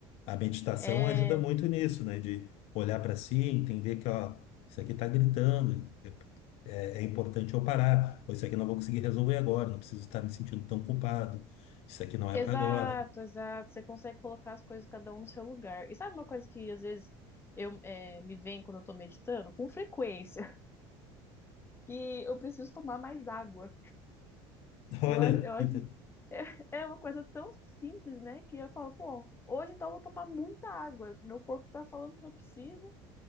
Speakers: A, on the left; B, on the left.
A: A meditação
B: É,
A: ajuda muito nisso, né? De olhar para si, entender que, ó, isso aqui tá gritando, é, é importante eu parar, ou isso aqui eu não vou conseguir resolver agora, não preciso estar me sentindo tão culpado, isso aqui não
B: exato,
A: é para agora.
B: exato. Você consegue colocar as coisas cada um no seu lugar. E sabe uma coisa que às vezes eu é, me vem quando eu tô meditando? Com frequência, <laughs> que eu preciso tomar mais água.
A: <laughs> Olha,
B: Eu, a- eu acho.
A: inte-
B: <laughs> É, é uma coisa tão simples, né? Que eu falo, pô, hoje então eu vou tomar muita água. Meu corpo tá falando que eu preciso.